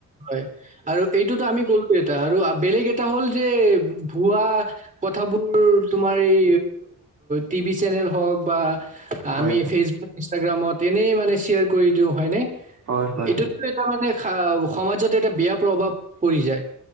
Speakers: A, on the right; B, on the right.
A: হয় আৰু এইটোতো আমি কলো এটা আৰু বেলেগ এটা হ'ল যে ভুৱা কথাবোৰ তোমাৰ এই, টিভি চেনেল হওঁক বা আমি
B: হয় হয়
A: ফেচবুক ইনষ্টাগ্ৰামত এনেই মান শ্বেয়াৰ কৰি দিওঁ হয় নে?
B: হয় হয়
A: এইটোতো
B: হয়
A: এটা মানে সা সমাজত এটা বেয়া মানে প্ৰভাৱ পৰি যায়।